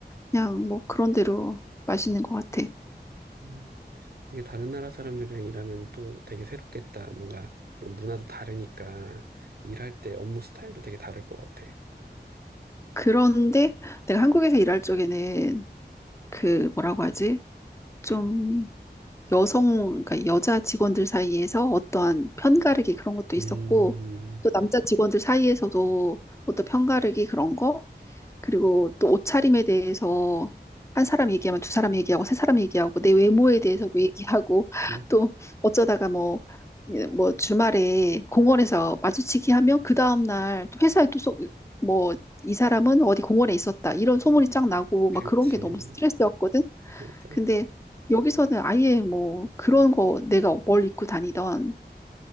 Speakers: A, on the left; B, on the right.
A: 그냥 뭐 그런 대로 맛있는 것 같아.
B: 음. 되게 다른 나라 사람들이랑 일하면 또 되게 새롭겠다. 뭔가 이런 문화도 다르니까, 일할 때 업무 스타일도 되게 다를 것 같아.
A: 그런데 내가 한국에서 일할 적에는 그 뭐라고 하지? 좀... 여성, 그러니까 여자 직원들 사이에서 어떠한 편가르기 그런 것도
B: 음,
A: 있었고, 또 남자 직원들 사이에서도 어떤 편가르기 그런 거, 그리고 또 옷차림에 대해서 한 사람 얘기하면 두 사람 얘기하고 세 사람 얘기하고 내 외모에 대해서도 얘기하고 <laughs>
B: 음,
A: 또 어쩌다가 뭐, 예, 뭐 주말에 공원에서 마주치기 하면 그 다음날 또 회사에 또 소, 뭐, 이 사람은 어디 공원에 있었다. 이런 소문이 쫙 나고 막
B: 그치.
A: 그런 게 너무 스트레스였거든.
B: 맞아.
A: 근데 여기서는 아예 뭐 그런 거 내가 뭘 입고 다니던